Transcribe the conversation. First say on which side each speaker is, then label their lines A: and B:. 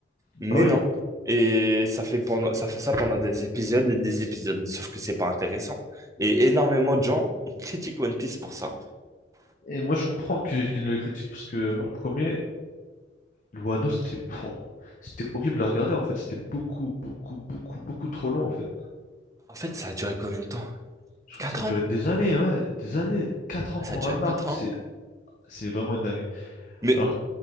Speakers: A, on the left (about 50°); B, on the right (about 20°).
A: bah
B: Mais
A: oui.
B: non. Et ça fait pendant, ça fait ça pendant des épisodes et des épisodes, sauf que c'est pas intéressant. Et énormément de gens critiquent One Piece pour ça.
A: Et moi, je comprends qu'il qu'il le critique parce que moi, le premier, Wano, c'était pouah, c'était horrible à regarder en fait. C'était beaucoup, beaucoup, beaucoup, beaucoup trop long en fait.
B: En fait, ça a duré combien de temps?
A: Je crois
B: 4
A: que ça a duré
B: ans?
A: des années, ouais, des années. quatre ans
B: Ah,
A: pour
B: ça a duré
A: un
B: 4
A: arc, c'est
B: ans.
A: c'est vraiment une dinguerie.
B: Mais,
A: Alors,